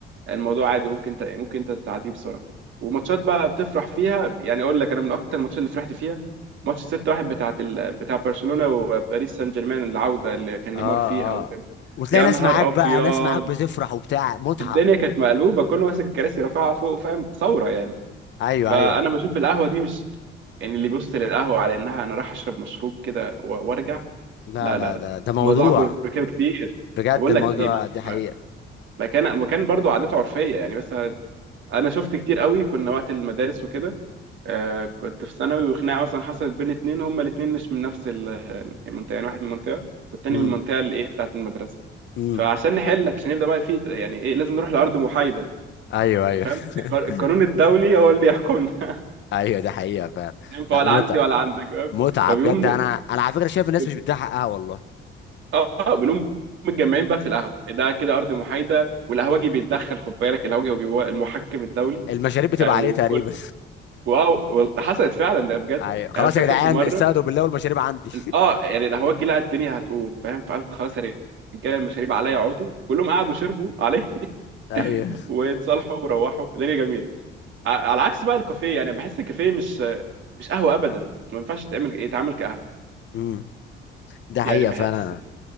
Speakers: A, on the right (about 65°); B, on the left (about 60°).
A: الموضوع عادي ممكن انت ممكن انت تعديه بسرعه وماتشات بقى بتفرح فيها يعني اقول لك انا من اكتر الماتشات اللي فرحت فيها ماتش 6-1 بتاعت ال... بتاع برشلونه وباريس سان جيرمان العوده اللي كان نيمار
B: اه
A: فيها وجاب
B: اه وتلاقي
A: يا
B: ناس
A: نهار
B: معاك
A: ابيض
B: بقى ناس معاك بتفرح وبتاع متعه
A: الدنيا كانت مقلوبه كله ماسك الكراسي رافعها فوق فاهم ثوره يعني
B: ايوه
A: فانا
B: ايوه
A: بشوف القهوه دي مش يعني اللي بيبص للقهوه على انها انا رايح اشرب مشروب كده و- وارجع
B: لا
A: لا
B: لا
A: لا لا
B: ده ده موضوع
A: الموضوع اكبر من كده بكتير
B: بجد
A: بقول
B: الموضوع
A: لك دي مك-
B: دي حقيقه
A: مكان مكان برضو عاداته عرفيه يعني مثلا انا شفت كتير قوي كنا وقت المدارس وكده آه كنت في ثانوي وخناقه مثلا حصلت بين اتنين هما الاتنين مش من نفس ال- المنطقه يعني واحد من المنطقه والتاني
B: امم
A: من المنطقه الايه بتاعت المدرسه
B: امم
A: فعشان نحل عشان يبدا بقى في يعني ايه لازم نروح لارض محايده
B: ايوه ايوه
A: فاهم
B: <laughs>
A: القانون الدولي هو اللي يحكمنا
B: ايوه دي حقيقه فعلا
A: ينفع
B: لا
A: ولا
B: متعه
A: عندي ولا عندك فاهم
B: متعه
A: فبيقوم
B: بجد انا انا على فكره شايف الناس
A: بن-
B: مش بتديها حقها والله
A: اه بنقوم متجمعين بقى في القهوه ده كده ارض محايده والقهوجي بيتدخل خد بالك القهوجي هو بيبقى المحكم الدولي
B: المشاريب بتبقى
A: يعني وكل
B: عليه تقريبا
A: واو وال- حصلت فعلا
B: <laughs>
A: ده بجد
B: ايوه خلاص
A: يعني انا فاكر
B: يا جدعان
A: في مره
B: استهدوا بالله والمشاريب عندي
A: اه يعني القهوجي لقى الدنيا هتقوم فاهم فقال خلاص يا رجاله المشاريب عليا اقعدوا كلهم قعدوا شربوا عليه <laughs>
B: <laughs> ايوه
A: واتصالحوا وروحوا الدنيا جميله ع- على عكس بقى الكافيه يعني بحس الكافيه مش مش قهوه ابدا ما ينفعش تعمل يتعامل كقهوه
B: امم ده
A: يعني
B: حقيقه
A: بحس
B: فعلا